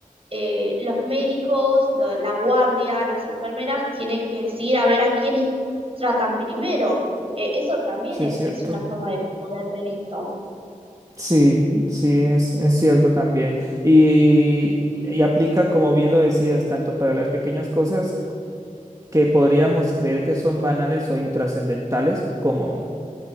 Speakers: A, on the right; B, on the right.
A: eh, los médicos, lo- la guardia, las enfermeras tienen que decidir a ver a quiénes tratan primero. Eh, eso también
B: sí,
A: es,
B: es cierto.
A: es una forma de poder ver esto.
B: Sí, sí, es, es cierto también. Y, y aplica, como bien lo decías, tanto para las pequeñas cosas que podríamos creer que son banales o intrascendentales, como